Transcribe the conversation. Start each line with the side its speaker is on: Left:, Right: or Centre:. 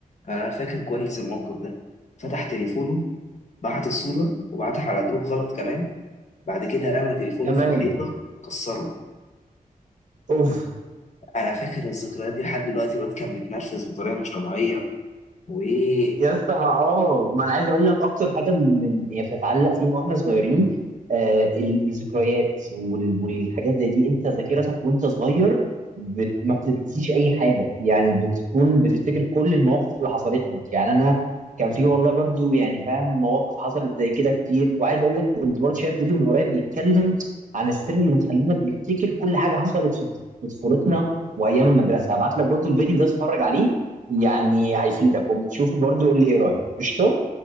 Left: انا فاكر كويس الموقف ده فتح تليفونه بعت الصورة وبعتها على جروب غلط كمان بعد كده رمى تليفونه
Right: كمان
Left: في الحيطة كسره
Right: اوف
Left: انا فاكر الذكريات دي لحد دلوقتي الواد كان متنرفز بطريقة مش طبيعية وايه
Right: يا اسطى ما اه ما انا عايز اقول لك اكتر حاجه من هي بتتعلق فينا واحنا صغيرين آه ال- الذكريات وال- والحاجات زي دي انت ذاكرتك وانت صغير بت... ما بتنسيش اي حاجه يعني بتكون بتفتكر كل المواقف اللي حصلت لك يعني انا كان في والله برضو يعني فاهم مواقف حصلت زي كده كتير وعايز اقول لك كنت برضو شايف فيديو من قريب بيتكلم عن السر اللي مخلينا بنفتكر كل حاجه حصلت في في طفولتنا وايام المدرسه هبعت لك برضو الفيديو ده اتفرج عليه يعني هيفيدك وما تشوفه برضه قول لي ايه رايك قشطه